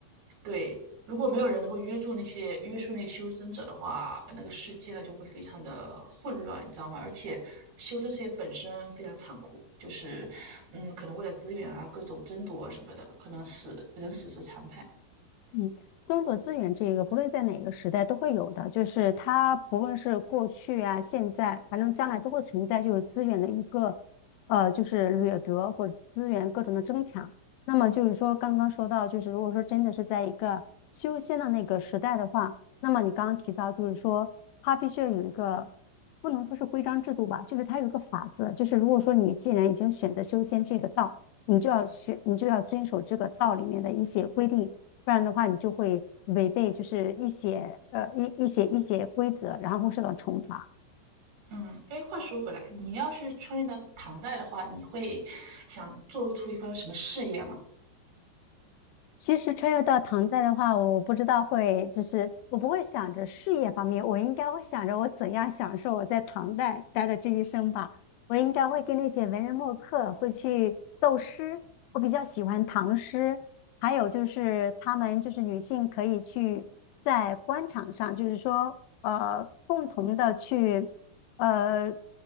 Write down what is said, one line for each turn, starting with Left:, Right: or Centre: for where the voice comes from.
Right: 对，如果没有人能够约束那些约束那些修真者的话，那个世界呢就会非常的混乱，你知道吗？而且修真世界本身非常残酷，就是嗯，可能为了资源啊，各种争夺啊什么的，可能死人死是常态。
Left: 嗯，争夺资源这个，不论在哪个时代都会有的，就是它不论是过去啊、现在，反正将来都会存在，就是资源的一个呃，就是掠夺或者资源各种的争抢。那么就是说，刚刚说到，就是如果说真的是在一个修仙的那个时代的话，那么你刚刚提到，就是说它必须要有一个不能说是规章制度吧，就是它有一个法则，就是如果说你既然已经选择修仙这个道，你就要学，你就要遵守这个道里面的一些规定。不然的话你就会违背就是一些呃一一些一些规则，然后会受到惩罚。
Right: 嗯，哎，话说回来，你要是穿越到唐代的话，你会想做出一番什么事业吗？
Left: 其实穿越到唐代的话，我不知道会，就是我不会想着事业方面，我应该会想着我怎样享受我在唐代待的这一生吧。我应该会跟那些文人墨客会去斗诗，我比较喜欢唐诗，还有就是他们就是女性可以去在官场上，就是说呃共同的去呃